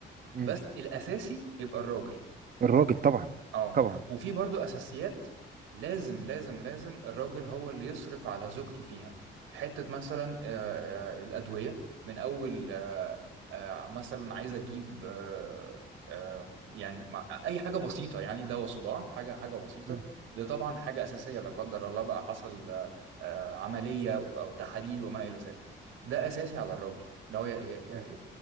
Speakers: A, on the right; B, on the right.
A: مم.
B: بس الأساسي يبقى الراجل
A: الراجل طبعا
B: اه
A: طبعا
B: وفي برضو اساسيات لازم لازم لازم الراجل هو اللي يصرف على زوجته فيها حتة مثلا آه، آه، الأدوية من أول آه، آه، مثلا عايز أجيب آه، آه، يعني مع- أي حاجة بسيطة يعني دواء صداع حاجة حاجة بسيطة
A: مم.
B: ده طبعا حاجة أساسية لا قدر الله بقى حصل آه، آه، عملية أو تحاليل وما إلى ذلك ده أساسي على الراجل إن هو ي- ي-
A: مم.
B: ي-